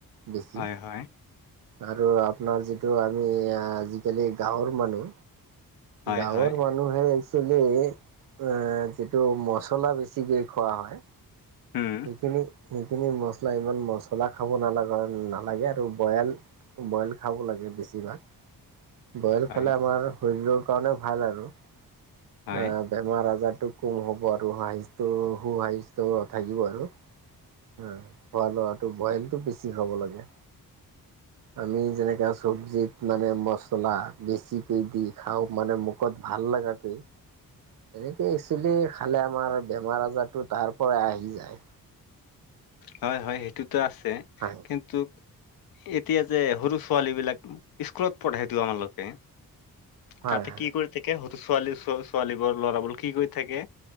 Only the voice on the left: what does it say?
হয় হয়
হয়
হয়
উম।
হয়
হয়
হয় হয় সেইটোতো আছে
কিন্তু এতিয়া যে সৰু ছোৱালী বিলাক স্কুলত পঢ়াইটো আমালোকে
তাতে কি কৰি থাকে হয়তো ছোৱালী ছোৱালীবোৰ ল'ৰাবোৰ কি কৰি থাকে।